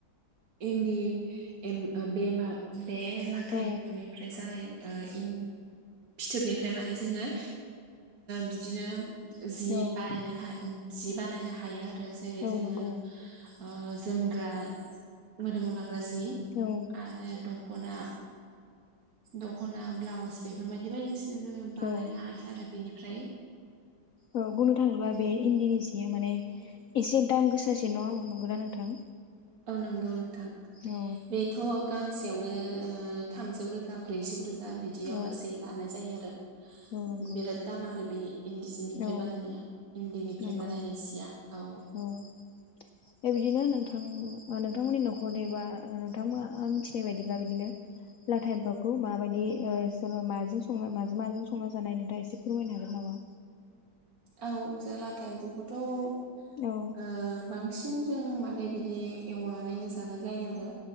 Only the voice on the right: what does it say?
इन्दि एमब बे माब बे लाथा
एम्फौनिफ्राय जानाय ओ इनद फिथोबनिफ्राय माने जोङो बिदिनो जि
बानायनो हा जि बानायनो हायो आरो जेरै
जोङो
ओ ओ जोमग्रा मोदोमाव लाग्रा जि
आरो दख दख'ना दख'ना ब्लाउस बेफोरबायदि बायदिसि जोङो बानायनो
हायो आरो बेनिफ्राय
उम
नंगौ नोंथां
बेथ' गांसेयावनो थामजौ रोजा ब्रैजौ रोजा दा बिदियाव
लासै लानाय जायो आरो
बिराद दाम आरो बे इन्दि सिनिफ्राय
बानायनाया इन्दिनिफ्राय
बानायनाय जिया औ
औ जे लाथा एम्फौखौथ' बांसिन
बांसिन जों माने बिदि एवनानैनो जानाय जायो आरो